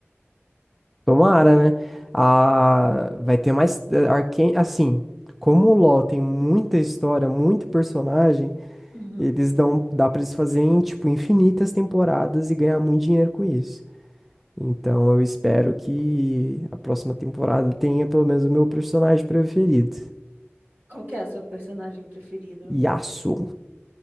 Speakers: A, in the centre; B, on the right.
A: Tomara, né? Ah, vai ter mais. eh, Arcane, assim, como o LoL tem muita história, muito personagem,
B: Uhum.
A: eles dão. Dá pra eles fazerem, tipo, infinitas temporadas e ganhar muito dinheiro com isso. Então eu espero que a próxima temporada tenha pelo menos o meu personagem preferido,
B: Qual que é o seu personagem preferido
A: Yasuo.